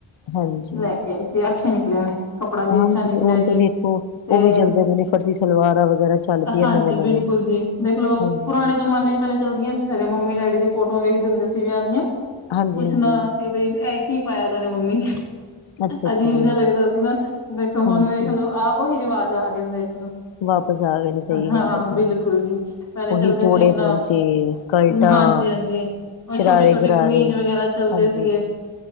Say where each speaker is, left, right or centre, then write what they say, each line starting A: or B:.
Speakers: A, on the left; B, on the left.
A: ਹਾਂਜੀ,
B: ਲੈ ਕੇ ਸੀ ਅੱਛੇ ਨਿਕਲੇ ਨੇ। ਕੱਪੜਾ ਵੀ
A: ਹਾਂਜੀ,
B: ਅੱਛਾ ਨਿਕਲਿਆ
A: ਹੁਣ ਤਾਂ
B: ਜੀ
A: ਵੇਖੋ,
B: ਤੇ
A: ਉਹ ਵੀ ਚੱਲਦੇ ਪਏ ਨੇ, ਫਰਸੀ ਸਲਵਾਰਾਂ ਵਗੈਰਾ। ਚੱਲ ਪਈਆਂ
B: ਹਾਂਜੀ
A: ਨਵੇਂ-ਨਵੇਂ
B: ਬਿਲਕੁਲ ਜੀ ਦੇਖਲੋ
A: ਹਾਂਜੀ,
B: ਪੁਰਾਣੇ ਜ਼ਮਾਨੇ। ਪਹਿਲੇ ਚੱਲਦੀਆਂ ਸੀ ਸਾਡੇ ਮੰਮੀ ਡੈਡੀ ਦੀ ਫੋਟੋ ਵੇਖਦੇ ਹੁੰਦੇ ਸੀ ਵਿਆਹ ਦੀਆਂ।
A: ਹਾਂਜੀ-ਹਾਂਜੀ,
B: ਪੁੱਛਣਾ ਸੀ ਬਈ ਇਹ ਕੀ ਪਾਇਆ ਦਾ ਏ ਮੰਮੀ
A: ਅੱਛਾ-ਅੱਛਾ
B: ਅਜੀਬ
A: ਜੀ,
B: ਜਿਹਾ ਲੱਗਦਾ ਸੀ ਨਾ, ਦੇਖੋ
A: ਹਾਂਜੀ।
B: ਹੁਣ ਵੇਖ ਲਓ, ਆਹ ਉਹੀ ਰਿਵਾਜ ਆ ਗਏ, ਦੇਖ ਲੋ।
A: ਵਾਪਸ ਆ ਗਏ ਨੇ ਸਹੀ
B: ਹਾਂ
A: ਗੱਲ ਹੈ ਜੀ,
B: ਬਿਲਕੁਲ ਜੀ ਪਹਿਲੇ
A: ਉਹੀ
B: ਚੱਲਦੇ
A: ਚੋੜੇ
B: ਸੀ ਆਪਣਾ
A: ਪਹੁੰਚੇ ਸਕਲਟਾਂ
B: ਹਾਂਜੀ ਹਾਂਜੀ। ਉਹ
A: ਸ਼ਰਾਰੇ-ਗਰਾਰੇ
B: ਛੋਟੇ ਛੋਟੇ ਕਮੀਜ਼ ਵਗੈਰਾ ਚੱਲਦੇ
A: ਹਾਂਜੀ
B: ਸੀਗੇ
A: ਜੀ,